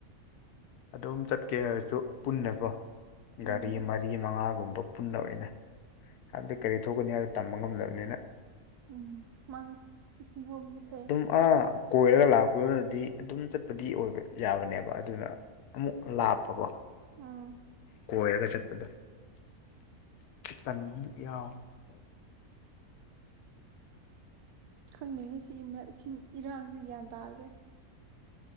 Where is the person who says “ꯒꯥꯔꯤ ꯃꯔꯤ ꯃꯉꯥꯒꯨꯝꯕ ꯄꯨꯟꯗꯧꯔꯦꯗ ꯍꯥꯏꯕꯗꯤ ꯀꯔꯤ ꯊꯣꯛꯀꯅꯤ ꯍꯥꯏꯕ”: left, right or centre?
Left